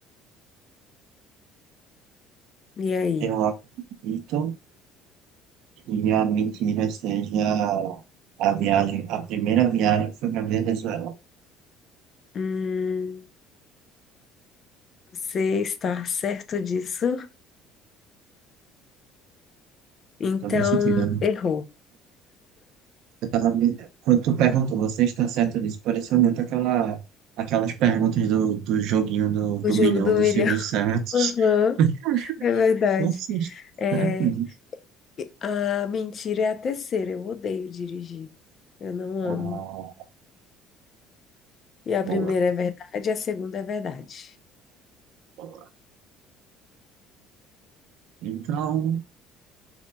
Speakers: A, on the left (about 45°); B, on the right (about 75°).
A: E aí?
B: Eu acredito que a mentira seja a viagem, a primeira viagem que foi para Venezuela.
A: Hum, você está certo disso? Então,
B: Estou me sentindo. né?
A: errou.
B: Eu tava me... Quando tu perguntou, você está certo disso? Pareceu muito aquela, aquelas perguntas do, do joguinho do,
A: O
B: do
A: jogo
B: milhão
A: do
B: do
A: milhão.
B: Silvio
A: <laughs>
B: Santos.
A: Aham,
B: <laughs>
A: é verdade.
B: Você está
A: É,
B: certo disso?
A: e a mentira é a terceira. Eu odeio dirigir. Eu não amo.
B: Ah,
A: E a
B: boa,
A: primeira é verdade, a segunda é verdade.
B: boa. Então,